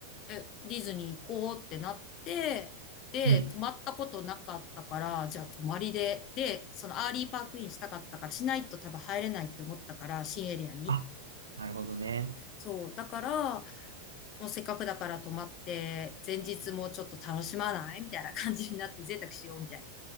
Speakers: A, on the left; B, on the right.
A: え、ディズニー行こうってなって、で、
B: うん。
A: 泊まったことなかったから、じゃあ泊まりで、で、そのアーリーパークインしたかったから、しないと多分入れないって思ったから、新エリアに。
B: あ、なるほどね。
A: そう。だから、もうせっかくだから泊まって、前日もちょっと楽しまないみたいな感じになって、贅沢しようみたいに